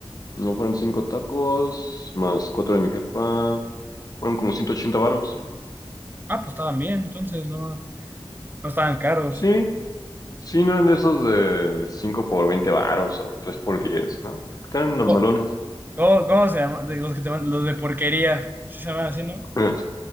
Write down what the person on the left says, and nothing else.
no fueron cinco tacos, más cuatro de mi jefa, fueron como 180 varos.
Sí, sí, no eran de esos de cinco por 20 varos o tres por 10, ¿no? Eran normalones.
<laughs>